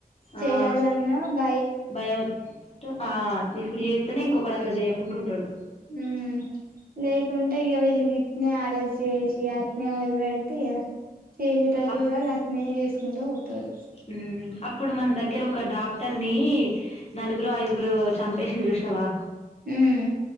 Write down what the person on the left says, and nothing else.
ఆ
భయం అహ్ ఇప్పుడు జేత్తనే ఇంకొకడు అట్లా చేయకుంట ఉంటాడు
అప్-
ఉమ్ అప్పుడు మన దగ్గర ఒక డాక్టర్ నీ నలుగురో ఐదుగురో చంపి పేషల్ జుష్నవా